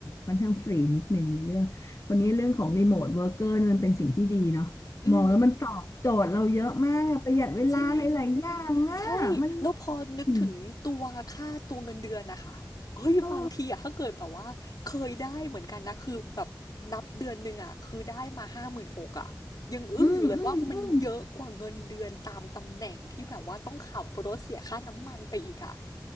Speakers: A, on the left (about 45°); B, on the left (about 60°).
A: ค่อนข้างฟรีนิดนึงในเรื่องวันนี้เรื่องของรีโมทเวิร์กเกอร์มันเป็นสิ่งที่ดีเนาะมองแล้วมันตอบโจทย์เราเยอะมากประหยัดเวลาหลายๆอย่างอ่ะมัน
B: อืมจริงใช่แล้วพอนึกถึงตัวค่าตัวเงินเดือนนะคะเฮ้ยบางทีอะถ้าเกิดแบบว่าเคยได้เหมือนกันนะคือแบบนับเดือนหนึ่งอะคือได้มาห้าหมื่นหกอะยังอึ้งอยู่เลยว่ามันเยอะกว่าเงินเดือนตามตำแหน่งที่แบบว่าต้องขับรถเสียค่าน้ำมันไปอีกอะ
A: อืมโอ้อืมอืมอืม